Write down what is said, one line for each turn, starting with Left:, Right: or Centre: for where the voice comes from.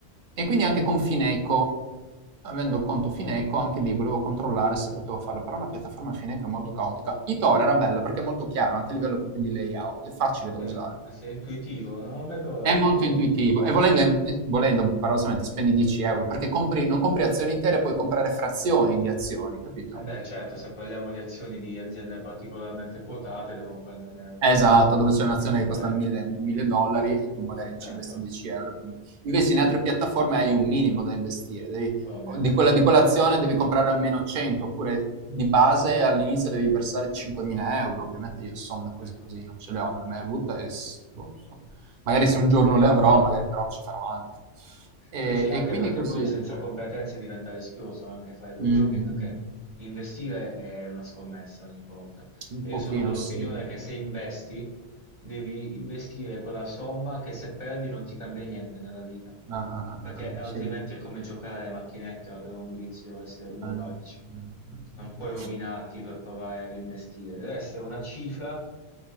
Right: E quindi anche con Fineco, avendo il conto Fineco, anche lì volevo controllare se potevo farlo, però la piattaforma Fineco è molto caotica. Etoro era bello perché è molto chiaro, anche a livello proprio di layout, è facile da
Left: sì,
Right: usare.
Left: sei intuitivo, non ho mai provato,
Right: È molto
Left: si trova.
Right: intuitivo e volendo, eh, eh, volendo paradossalmente, spendi 10 euro perché compri, non compri azioni intere, puoi comprare frazioni di azioni, capito?
Left: Eh beh, certo, se parliamo di azioni di aziende particolarmente quotate, devono prendere un po'
Right: Esatto,
Left: di meno.
Right: dove c'è un'azione che
Left: Cioè,
Right: costa 1000, 1000 dollari e tu magari
Left: certo,
Right: ci investi 10 euro. quindi- Invece in altre piattaforme hai un minimo da investire, devi-
Left: ovvio,
Right: di quella, di quell'azione devi comprare almeno 100, oppure di base all'inizio devi versare 5.000 euro. Ovviamente io somme così
Left: certo.
Right: non ce le ho, non le ho mai avute e s- boh, so. magari se un giorno le avrò, magari però ci farò altro. E,
Left: Sì, sì, anche
Right: e quindi
Left: perché
Right: così.
Left: poi senza competenze diventa rischioso anche fare quei
Right: Mh, mh,
Left: giochi perché
Right: mh, mh, mh.
Left: investire è una scommessa ogni volta.
Right: Un
Left: E
Right: pochino
Left: io sono dell'opinione
Right: sì.
Left: che se investi, devi investire quella somma che se perdi non ti cambia niente nella vita,
Right: Ah, ah, ah,
Left: perché
Right: ah, ah,
Left: altrimenti
Right: sì. Eh.
Left: è come giocare alle macchinette o avere un vizio, essere ludopatici.
Right: Mh, mh, mh,
Left: Non puoi
Right: mh.
Left: rovinarti per provare ad investire, deve essere una cifra